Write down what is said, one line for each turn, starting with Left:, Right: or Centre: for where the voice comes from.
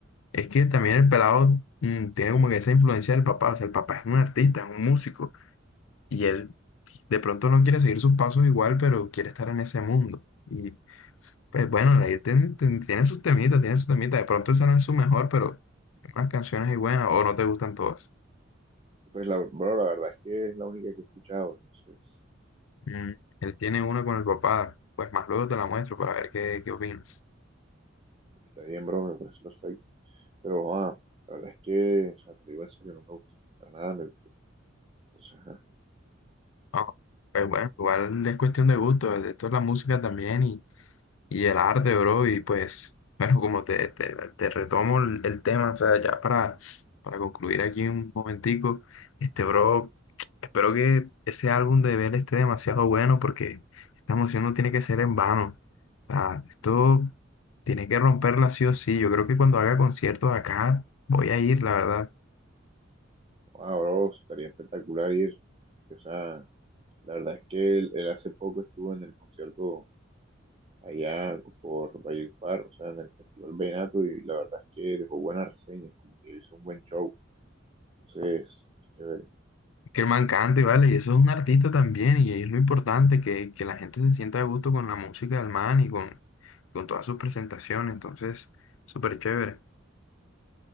Left: es que también el pelado mm, tiene como que esa influencia del papá, o sea, el papá es un artista, es un músico, y él de pronto no quiere seguir sus pasos igual, pero quiere estar en ese mundo. Y pues bueno, ahí ten- ten- tiene sus temitas, tiene sus temitas, de pronto esa no es su mejor, pero unas canciones ahí buenas, o no te gustan todas.
Right: pues, la, bro, la verdad es que es la única que he escuchado, entonces...
Left: Mm, Él tiene una con el papá, pues más luego te la muestro para ver qué, qué opinas.
Right: Está bien, bro, me parece perfecto. Pero, ah, la verdad es que, o sea, te lo digo en serio, no me gusta. Para nada me gustó. Entonces, ah,
Left: Ah, pues bueno, igual es cuestión de gusto, esto es la música también y, y el arte, bro, y pues, bueno, como te, te, te retomo el, el tema, o sea, ya para, para concluir aquí un momentico, este, bro, espero que ese álbum de Bell esté demasiado bueno porque esta emoción no tiene que ser en vano, o sea, esto tiene que romperla sí o sí, yo creo que cuando haga conciertos acá voy a ir, la verdad.
Right: ah, bro, estaría espectacular ir. porque, o sea, la verdad es que él, él hace poco estuvo en el concierto allá por Valledupar, o sea, en el Festival Vallenato, y la verdad es que dejó buenas reseñas, como que hizo un buen show. Entonces, es chévere.
Left: Que el man cante, ¿vale? Y eso es un artista también, y es lo importante, que, que la gente se sienta a gusto con la música del man y con, con todas sus presentaciones, entonces, súper chévere.